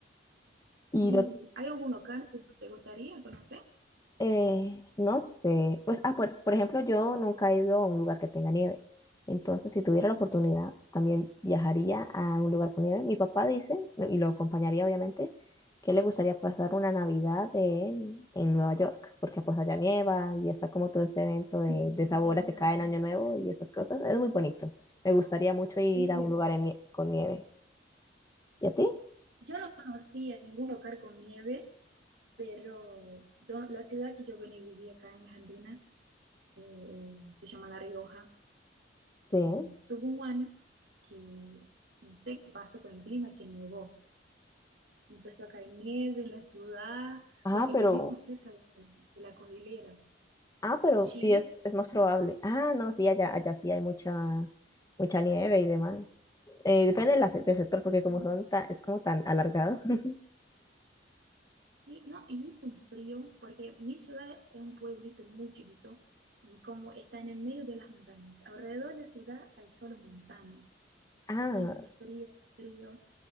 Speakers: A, on the left (about 20°); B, on the right (about 65°).
A: Y
B: y
A: lo,
B: hay algún local que no te gustaría conocer?
A: Eh, no sé, pues, ah, por, por ejemplo, yo nunca he ido a un lugar que tenga nieve. Entonces, si tuviera la oportunidad, también viajaría a un lugar con nieve. Mi papá dice, y lo acompañaría obviamente, que le gustaría pasar una Navidad en, en Nueva York, porque pues allá nieva y está como todo este evento de,
B: Sí,
A: de esa
B: es
A: bola
B: lindo.
A: que cae en Año Nuevo y esas cosas. Es muy bonito. Me gustaría mucho ir
B: Sí,
A: a un lugar en nie- con nieve. ¿Y a ti?
B: yo no conocía ningún lugar con nieve, pero do- la ciudad que yo venía y vivía acá en Argentina eh, se llama La Rioja.
A: Sí.
B: Eh, tuvo un año que no sé qué pasó con el clima, que nevó. Empezó a caer nieve en la ciudad,
A: Ajá,
B: porque
A: pero...
B: vivimos cerca de, de la cordillera.
A: Ah, pero
B: en Chile.
A: sí es, es más probable. Ah, no, sí, allá, allá sí hay mucha, mucha nieve y demás. Eh, depende de la se- del sector, porque como
B: Mm,
A: son ta- es como tan alargado. <laughs>
B: Sí, no, y hizo un frío porque mi ciudad es un pueblito muy chiquito y como está en el medio de las montañas, alrededor de la ciudad hay solo montañas
A: Ah,
B: y es un frío, frío.